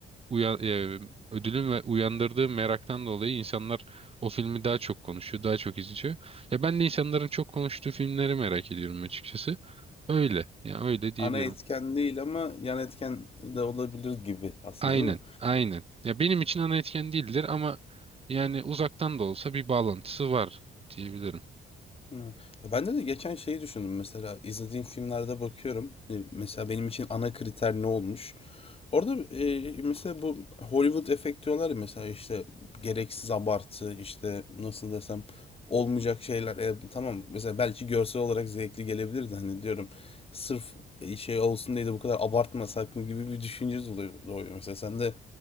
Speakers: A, on the right; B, on the left.
A: uya, e, ödülün ve uyandırdığı meraktan dolayı insanlar o filmi daha çok konuşuyor, daha çok izliyor. Ya ben de insanların çok konuştuğu filmleri merak ediyorum açıkçası. Öyle. Ya öyle diyebilirim.
B: Ana etken değil ama yan etken de olabilir gibi aslında
A: Aynen,
B: değil mi?
A: aynen. Ya benim için ana etken değildir ama yani uzaktan da olsa bir bağlantısı var diyebilirim.
B: Evet. Ya ben de de geçen şeyi düşündüm mesela izlediğim filmlerde bakıyorum Hani mesela benim için ana kriter ne olmuş orada e, mesela bu Hollywood efekt diyorlar ya mesela işte gereksiz abartı işte nasıl desem olmayacak şeyler E, tamam mesela belki görsel olarak zevkli gelebilirdi hani diyorum sırf e, şey olsun diye de bu kadar abartmasak mı gibi bir düşünce oluyor doğuyor mesela sen de